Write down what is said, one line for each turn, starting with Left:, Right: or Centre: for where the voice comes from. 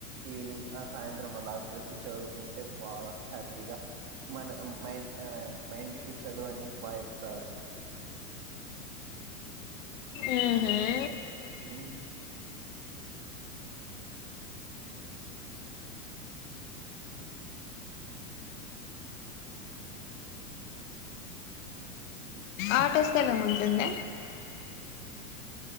Right: ఈవినింగ్ ఆ సాయంత్రం అళ్లా వచ్చి చదువుకుంటే బాగా హ్యాపీగా మన మైండ్ మైండ్ కి చదువు అనేది బాగా ఎక్కుతాదండి
Left: ఆహా
Right: హ స
Left: ఆటో స్థలం ఉంటుంద